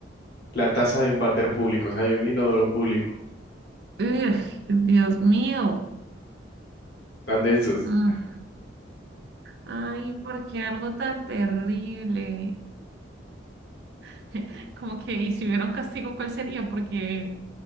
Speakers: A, on the left; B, on the right.
A: la taza de un váter público, o sea, de un inodoro público,
B: ugh, Dios mío.
A: tan densos.
B: Ah, Ay, ¿por qué algo tan terrible? <laughs> Como que, y si hubiera un castigo, ¿cuál sería? Porque